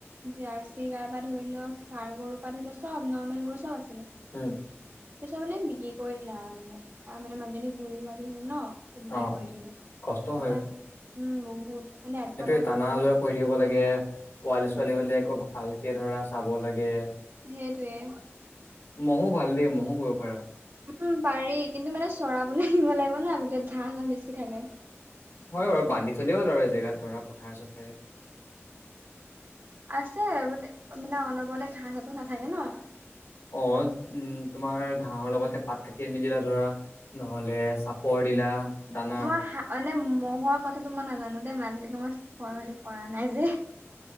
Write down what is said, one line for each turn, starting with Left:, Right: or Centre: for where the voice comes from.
Right: জাৰ্চি গাইৰ পা ধৰি লৈ, সাৰ গৰুৰ পৰা ধৰি লৈ চব, নৰ্মেল গৰু চব আছে।
Left: উম'।
Right: তাৰ পিছত মানে বিক্ৰী কৰি দিলে আৰু, মানে আৰু মানে মানুহজনী বুঢ়ী হোৱাদি হ'ল নহ। বিক্ৰী
Left: অ
Right: কৰি দিলে।
Left: কষ্ট
Right: <unintelligible>
Left: হয়
Right: উম বহুত। মানে ৰাতিপুৱাৰ
Left: সেইটোৱে
Right: পৰা
Left: টানা
Right: কৰিব
Left: আযোৰা
Right: লাগে
Left: কৰি থাকিব লাগে, পোৱালী
Right: উম
Left: ছোৱালী হ'লে একো ভাল একে ধৰা, চাব লাগে।
Right: সেইটোয়ে
Left: ম'হো ভাল দেই ম'হো পুহিব পাৰা।
Right: উম' পাৰি কিন্তু মানে চৰাবলে নিব লাগিব না, গোটেই ঘাঁহ চাহ বেছি থাকে।
Left: হয় বাৰু, বান্ধি থলেই হ'ল আৰু এজেগাত, ধৰা পথাৰ-চথাৰ
Right: আছে মানে, মানে অনবৰতে ঘাঁহতো নাখাই। থাকে ন।
Left: অ', উম, তোমাৰ ঘাঁহৰ লগতে পাত কাটি আনি দিলা ধৰা, নহ'লে চাপৰ দিলা, দানা।
Right: মই হা মানে ম'হৰ কথাটো মই নাজানো দেই, মই আজিলৈকে মই <unintelligible> কৰা নাই যে।